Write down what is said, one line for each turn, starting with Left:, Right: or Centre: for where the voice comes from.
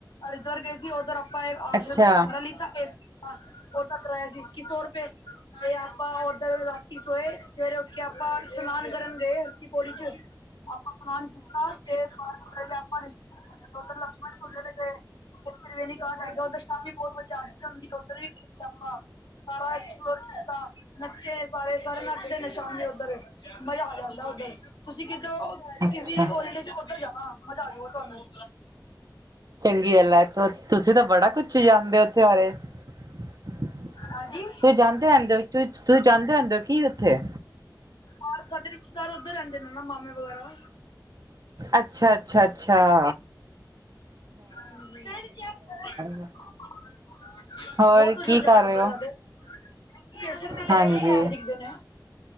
Left: ਹਰਿਦੁਆਰ ਗਏ ਸੀ ਓਦਰ ਆਪਾਂ ਆਪਾਂ ਆਸ਼ਰਮ
Right: ਅੱਛਾ
Left: ਚ ਕਮਰਾ ਲਿੱਤਾ ਏ ਸੀ ਕਾ ਕਰਾਇਆ ਸੀ ਇੱਕੀ ਸੌ ਰੁਪਏ, ਤੇ ਆਪਾਂ ਓਦਨ ਰਾਤੀ ਸੋਏ ਸਵੇਰੇ ਉੱਠ ਕੇ ਆਪਾਂ ਸ਼ਨਾਨ ਕਰਨ ਗਏ ਹਰ ਕੀ ਪੌੜੀ ਚ। ਆਪਾਂ ਖਾਨ ਕੀਤਾ ਤੇ ਬਾਦ ਵਿੱਚ ਆਪਾਂ ਲਸ਼ਮਣ ਝੂਲੇ ਤੇ ਗਏ। ਵੇਨੀ ਗਾਰਡ ਹੈਗਾ ਓਦਰ ਸ਼ਾਮ ਵੀ ਬੋਤ ਵਧੀਆ ਆ ਹੁੰਦੀ ਓਦਰ ਵੀ ਕੀਤਾ ਆਪਾਂ। ਸਾਰਾ ਐਕਸਪਲੋਰ ਕੀਤਾ। ਨੱਚੇ ਨੇ ਸਾਰੇ ਸਾਰੇ ਨੱਚਦੇ ਨੇ ਸ਼ਾਮੀ ਓਦਰ ਮਜ਼ਾ ਆ ਜਾਂਦਾ ਓਦਰ, ਤੁਸੀਂ ਕਿਦੋਂ
Right: ਅੱਛਾ
Left: ਕਿਸੀ ਹੋਲੀਡੇ ਚ ਓਦਰ ਜਾਵਾਂ ਮਜ਼ਾ ਆ ਜੂਗਾ ਤੁਆਨੂੰ।
Right: ਚੰਗੀ ਗੱਲ ਐ, ਤੁਸੀਂ ਤਾਂ ਬੜਾ ਕੁਛ ਜਾਂਨਦੇ ਓਂ ਓਥੇ ਬਾਰੇ। ਤੁਸੀਂ
Left: ਹਾਂਜੀ
Right: ਜਾਂਦੇ ਆਂਦੇ ਓਂ ਤੁਸੀਂ ਜਾਂਦੇ ਆਂਦੇ ਓਂ ਕੀ ਓਥੇ
Left: ਹਰ ਸਾਡੇ ਰਿਸ਼ਤੇਦਾਰ ਓਦਰ ਰੈਂਦੇ ਨੇ ਨਾ ਮਾਮੇ ਵਗ਼ੈਰਾ
Right: ਅੱਛਾ-ਅੱਛਾ-ਅੱਛਾ।
Left: ਹਾਂਜੀ, ਡੈਡੀ ਜੇਬ ਪਰਾਂ ਕੀ ਹੋਏਆ,
Right: ਗੱਲ ਹੋਰ
Left: ਬੋਤ ਵਦੀਆ
Right: ਕੀ
Left: ਨਜ਼ਾਰਾ
Right: ਕਰ
Left: ਓਦਰ
Right: ਰਹੇ ਹੋ
Left: ਦੇ ਤਾ। ਕੇਸਰ ਬਥੇਰੇ
Right: ਹਾਂਜੀ
Left: ਪਆੜ ਦਿਖਦੇ ਨੇ।